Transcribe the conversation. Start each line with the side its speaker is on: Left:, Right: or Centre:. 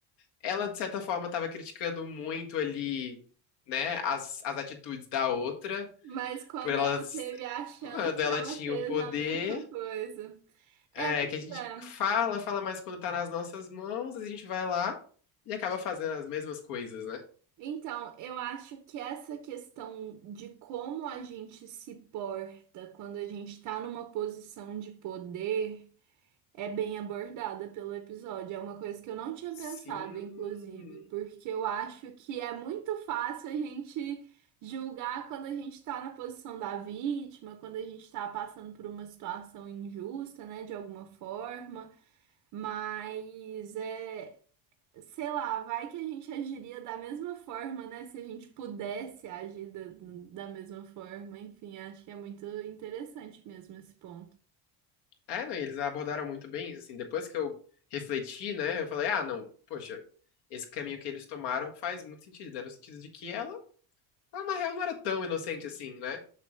Left: ela de certa forma estava criticando muito ali, né, as, as atitudes da outra,
Right: Mas quando
Left: por elas
Right: ela teve a chance,
Left: quando ela
Right: ela
Left: tinha
Right: fez
Left: o poder,
Right: a mesma coisa.
Left: é,
Right: É, pois
Left: que a gente
Right: é.
Left: fala, fala mais quando tá nas nossas mãos, a gente vai lá e acaba fazendo as mesmas coisas, né?
Right: Então, eu acho que essa questão de como a gente se porta quando a gente tá numa posição de poder é bem abordada pelo episódio. É uma coisa que eu não tinha pensado,
Left: Sim.
Right: inclusive, porque eu acho que é muito fácil a gente julgar quando a gente tá na posição da vítima, quando a gente tá passando por uma situação injusta, né, de alguma forma. Mas é, sei lá, vai que a gente agiria da mesma forma, né? Se a gente pudesse agir da, da mesma forma. Enfim, acho que é muito interessante mesmo esse ponto.
Left: É, não, e eles abordaram muito bem isso, assim. Depois que eu refleti, né, eu falei, ah, não, poxa, esse caminho que eles tomaram faz muito sentido, né? No sentido de que ela, ela na real não era tão inocente assim, né?